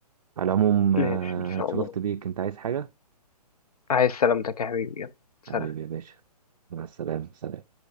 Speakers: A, on the right; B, on the left.
A: على العموم
B: ماشي
A: آه،
B: إن شاء
A: اتشرفت
B: الله
A: بيك انت عايز حاجة
B: عايز سلامتك يا حبيبي يلا سلام
A: حبيبي يا باشا مع السلامة سلام